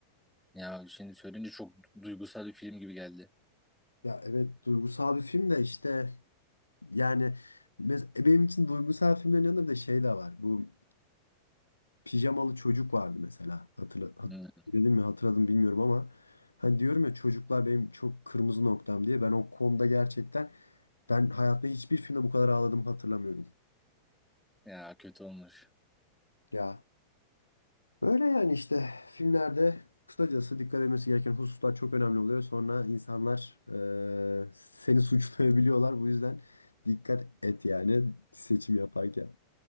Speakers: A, in the centre; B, on the left (about 80°).
A: Ya şimdi söyleyince çok duygusal bir film gibi geldi.
B: Ya evet duygusal bir film de işte yani mes- e, benim için duygusal filmlerin yanında bir de şey de var. Bu Pijamalı çocuk vardı mesela. Hatırla, hat,
A: Hı.
B: dedim mi hatırladım bilmiyorum ama hani diyorum ya çocuklar benim çok kırmızı noktam diye ben o konuda gerçekten ben hayatımda hiçbir filmde bu kadar ağladığımı hatırlamıyorum.
A: Ya kötü olmuş.
B: Ya öyle yani işte filmlerde kısacası dikkat edilmesi gereken hususlar çok önemli oluyor. Sonra insanlar eee, seni suçlayabiliyorlar. Bu yüzden dikkat et yani seçim yaparken.